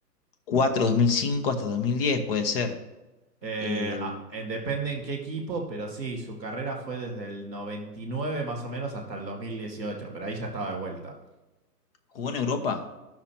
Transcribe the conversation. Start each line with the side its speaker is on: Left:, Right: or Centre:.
Left: cuatro, dos mil cinco hasta 2010 puede ser.
Centre: Eh,
Left: Eh,
Centre: ah, eh, depende en qué equipo, pero sí, su carrera fue desde el 99 más o menos hasta el 2018, pero ahí ya estaba de vuelta.
Left: ¿jugó en Europa?